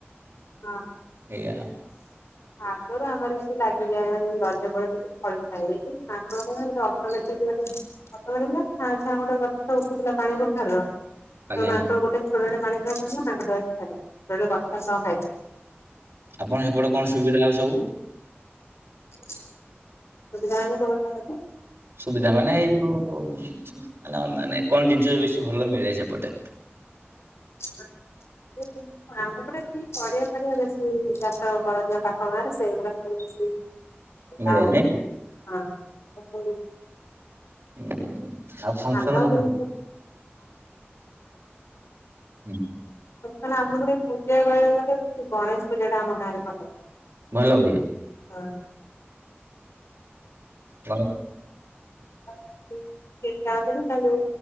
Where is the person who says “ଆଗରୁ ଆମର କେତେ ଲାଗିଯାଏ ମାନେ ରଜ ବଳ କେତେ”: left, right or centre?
Left